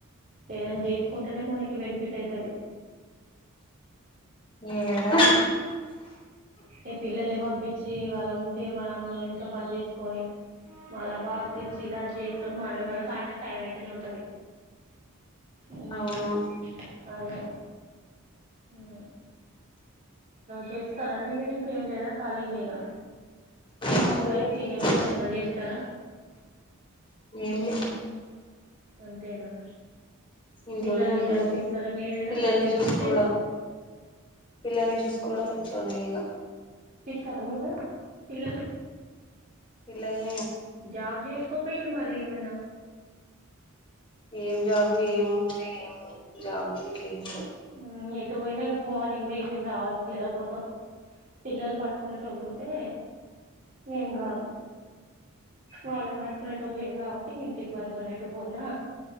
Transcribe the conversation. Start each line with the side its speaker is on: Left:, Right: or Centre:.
Right: ఏదన్న జేస్ కుంటనే మనకి బెనిఫిట్ అయితది
Left: ఏడా
Right: ఇగ పిల్లల్ని పంపించి వాళ్ళంటే మన అన్నం ఇంట్లో పని జేసుకొని మళ్ళా బాక్స్ ఇచ్చి లంచ్ చేస్తాం మనం మళ్ళా సాయంత్రం టైం అయితేనే ఉంటది ఉ
Left: అవును
Right: అదే ఊ చేస్తార అండి మీరు ఇంకేం లేదా ఖాళీగనే ఇగా
Left: ఖాళీగానే
Right: బయటికెళ్ళే
Left: ఏం లేదు
Right: పని ఏమన్నా జేస్తారా ఆ
Left: ఏం లే
Right: అంతేనా
Left: ఇంట్లోనే
Right: పిల్లల్ని
Left: ఉండడం
Right: జదివిపిస్తారా మీరేనా
Left: పిల్లల్ని
Right: చదివిపిచ్చేది
Left: చూసుకోవడం పిల్లల్ని జూసుకోవడం ఇంట్లోనే ఇగ
Right: త్తర మీరు పిల్లల్ని
Left: పిల్లల్నీ
Right: జబ్ చేసుకో పొయిలు మరి ఏమన్న
Left: ఏం జాబు ఏమున్నాయ్ ఏం వుండవ్ జాబ్లం గిట్ల ఏముండవ్
Right: ఉ ఎటు బోయినా ఇగ ఫొ మార్నింగ్ ఈవినింగ్ రావాలి పిల్లల కోసం పిల్లల్ని పట్టుకునేటోళ్ళు ఉంటే ఏం గాదు వాళ్ళన్ బట్టుకునేటోళ్ళు లేరు కాబట్టి ఇంత ఇబ్బంది మనం ఎటు పోయినా